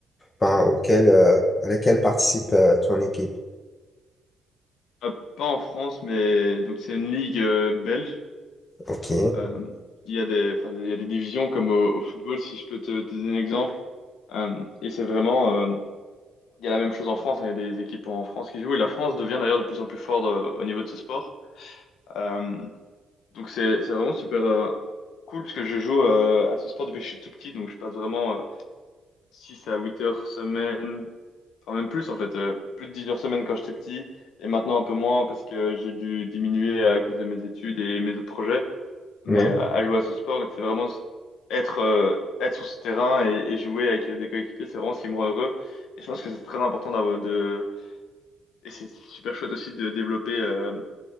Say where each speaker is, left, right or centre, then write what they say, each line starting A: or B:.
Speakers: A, on the left; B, on the left.
A: enfin, auquel, euh, à laquelle participe euh, ton équipe?
B: Euh, pas en France, mais donc c'est une ligue euh, belge.
A: Ok,
B: Euh, il y a des, enfin, il y a des divisions comme au, au football, si je peux te, te donner un exemple. Euh, et c'est vraiment, euh, il y a la même chose en France. hein, il y a des équipes en France qui jouent. Et la France devient d'ailleurs de plus en plus forte euh, au niveau de ce sport. Euh, donc c'est, c'est vraiment super euh, cool parce que je joue euh, à ce sport depuis que je suis tout petit. Donc je passe vraiment euh, 6 à 8 heures semaine Enfin, même plus en fait, euh, plus de 10 heures semaine quand j'étais petit, et maintenant un peu moins parce que j'ai dû diminuer à cause de mes études et mes autres projets. Mais
A: Oui.
B: euh, à jouer à ce sport, c'est vraiment s- être, euh, être sur ce terrain et, et jouer avec euh, des coéquipiers, c'est vraiment ce qui me rend heureux. Et je pense que c'est très important d'avoir de... Et c'est super chouette aussi de développer, euh,